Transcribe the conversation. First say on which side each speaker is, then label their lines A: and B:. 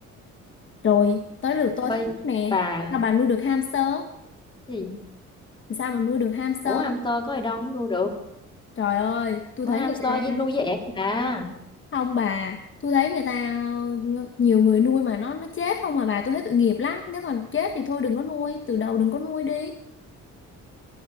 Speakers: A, on the left; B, on the left.
A: rồi tới lượt tôi
B: Ơi
A: thắc mắc nè
B: bà
A: sao bà nuôi được hamster
B: cái gì?
A: sao mà nuôi được hamster
B: Ủa hamster có gì đâu không nuôi được.
A: trời ơi tôi
B: Con
A: thấy
B: hamster
A: người ta
B: với nuôi với ẹt bà.
A: không bà tôi thấy người ta ờ, nhiều người nuôi mà nó nó chết không mà bà tôi thấy tội nghiệp lắm nếu mà chết thì thôi đừng có nuôi từ đầu đừng có nuôi đi